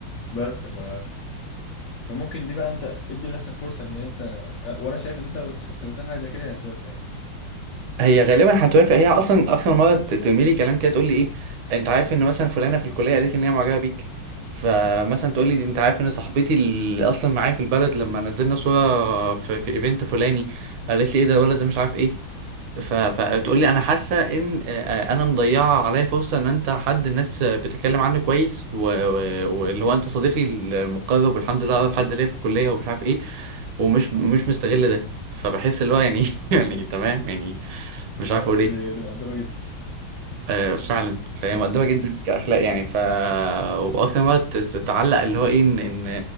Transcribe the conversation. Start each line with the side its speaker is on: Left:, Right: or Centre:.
Left: بس ف فممكن دي بقى انت ادي لنفسك فرصه ان انت أه، وانا شايف ان انت لو كلمتها في حاجه زي كده هتوافق يعني
Right: هي غالبا هتوافق هي اصلا اكتر مره ت- ترمي لي كلام كده تقول لي ايه انت عارف ان مثلا فلانه في الكليه قالت لي ان هي معجبه بيك فمثلا تقول لي دي انت عارف ان صاحبتي اللي اصلا معايا في البلد لما نزلنا صوره في, في ايفنت فلاني قالت لي ايه ده الولد ده مش عارف ايه ف... فتقول لي انا حاسه ان آه، انا مضيعه عليا فرصه ان انت حد الناس بتتكلم عنه كويس و- و- واللي هو انت صديقي المقرب والحمد لله اقرب حد ليا في الكليه ومش عارف ايه ومش مش مستغل ده فبحس اللي هو يعني <laughs> يعني تمام يعني مش
Left: ده-
Right: عارف اقول ايه
Left: دي دي مؤدبه جدا
Right: آه فعلا فهي
Left: اه
Right: مقدمه جدا كاخلاق يعني ف واكتر ما تت- تتعلق اللي هو ايه ان ان